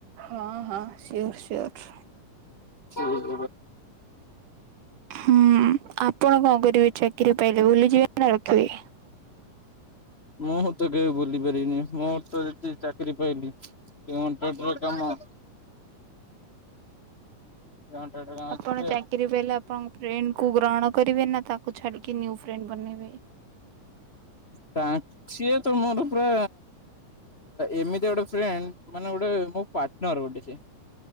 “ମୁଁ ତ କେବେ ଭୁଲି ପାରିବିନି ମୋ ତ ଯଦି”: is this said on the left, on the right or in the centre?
Left